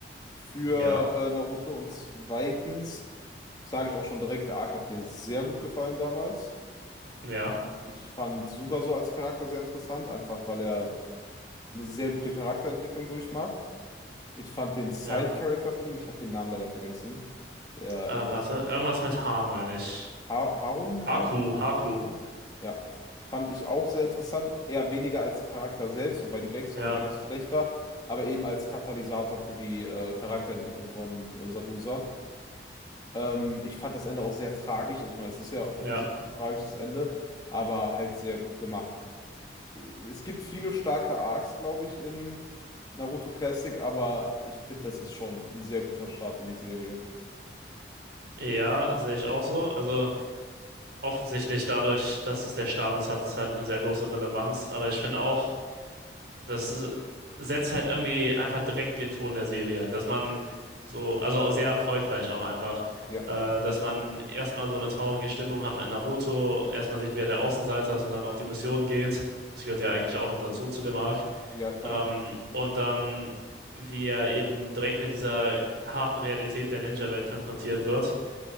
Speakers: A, on the left (about 20°); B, on the right (about 65°).
A: für
B: Ja,
A: äh, Naruto und zweitens sage ich auch schon direkt, der Arc hat mir sehr gut gefallen damals.
B: ja.
A: Ich fand Subaso als Charakter sehr interessant, einfach weil er eine sehr gute Charakterentwicklung durchmacht. Ich fand den Side-Character
B: ja.
A: von ihm, ich habe den Namen leider vergessen, der
B: Äh,
A: etwas
B: warte, irgendwas mit H meine ich.
A: ha Harun,
B: Haku,
A: ha Ha-
B: Haku.
A: Haku, ja, fand ich auch sehr interessant, eher weniger als Charakter selbst, wobei die Backstory
B: Ja,
A: gar nicht so schlecht war, aber eben als Katalysator für die äh, Charakterentwicklung von äh, Sabusa. Ähm, ich fand das Ende auch sehr tragisch, also ich meine, es ist ja offensichtlich
B: ja.
A: ein tragisches Ende, aber halt sehr gut gemacht. Äh, Es gibt viele starke Arcs, glaube ich, in Naruto Classic, aber ich finde, das ist schon ein sehr guter Start in die Serie.
B: Ja, sehe ich auch so. Also offensichtlich dadurch, dass es der Staat ist, hat es halt eine sehr große Relevanz. Aber ich finde auch, das ist- setzt halt irgendwie einfach direkt den Ton der Serie, dass man so, also auch sehr erfolgreich auch einfach,
A: Ja,
B: äh, dass man erstmal so eine traurige Stimmung hat mit Naruto, erstmal sieht, wer der Außenseiter ist und dann auf die Mission geht. Das gehört ja eigentlich auch noch dazu zu dem Arc.
A: ja, klar.
B: Ähm, und dann, wie er eben direkt mit dieser harten Realität der Ninja-Welt konfrontiert wird,